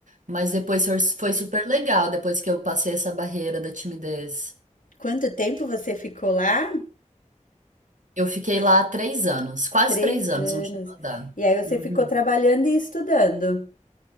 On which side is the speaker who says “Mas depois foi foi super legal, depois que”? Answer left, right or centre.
Right